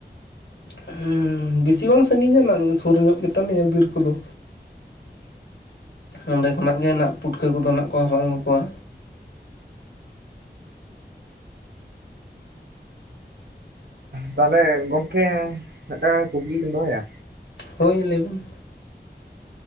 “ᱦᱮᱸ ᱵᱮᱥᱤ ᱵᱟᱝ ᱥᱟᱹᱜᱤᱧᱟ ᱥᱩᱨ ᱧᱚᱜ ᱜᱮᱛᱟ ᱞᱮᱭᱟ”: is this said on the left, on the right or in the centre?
Left